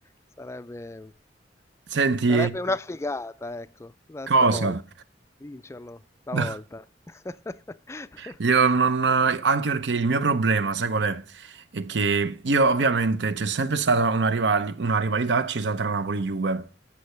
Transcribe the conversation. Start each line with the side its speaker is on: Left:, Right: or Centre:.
Left: sarebbe,
Right: Senti,
Left: sarebbe una figata, ecco, da
Right: cosa?
Left: stavolta. Vincerlo stavolta.
Right: <laughs>
Left: <laughs>
Right: Io non, anche perché il mio problema, sai qual è? È che io ovviamente c'è sempre stata una, rivali- una rivalità accesa tra Napoli e Juve,